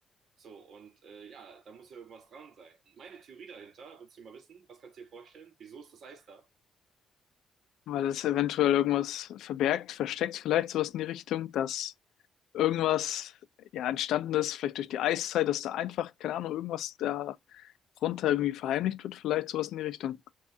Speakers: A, on the right; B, on the left.
A: So, und äh, ja, da muss ja irgendwas dran sein. Und meine Theorie dahinter, willst du mal wissen, was kannst du dir vorstellen? Wieso ist das Eis da?
B: Weil es eventuell irgendwas verbergt, versteckt, vielleicht sowas in die Richtung, dass irgendwas ja entstanden ist, vielleicht durch die Eiszeit, dass da einfach, keine Ahnung, irgendwas da runter irgendwie verheimlicht wird, vielleicht sowas in die Richtung.